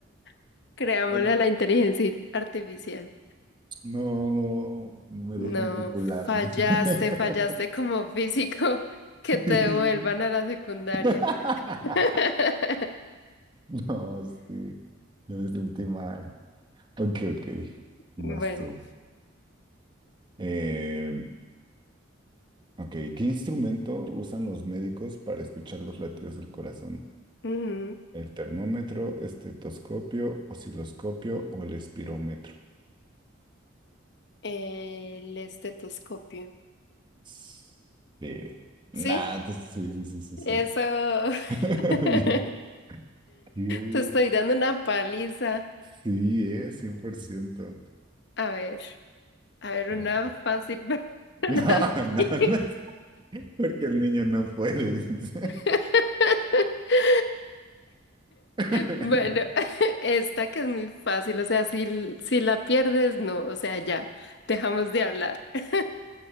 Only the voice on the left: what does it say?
<laughs> Creámosle
a la inteligencia artificial.
No,
fallaste, fallaste
como físico. <laughs> Que te
devuelvan a la secundaria.
<laughs>
Bueno,
ujú,
El estetoscopio.
Sí,
eso.
<laughs>
Te estoy dando una paliza.
A ver. A ver,
una fácil para
<laughs>
ti.
<laughs>
Bueno, <laughs> esta que es muy fácil, o sea, si, si la pierdes, no, o sea, ya, dejamos de hablar. <laughs>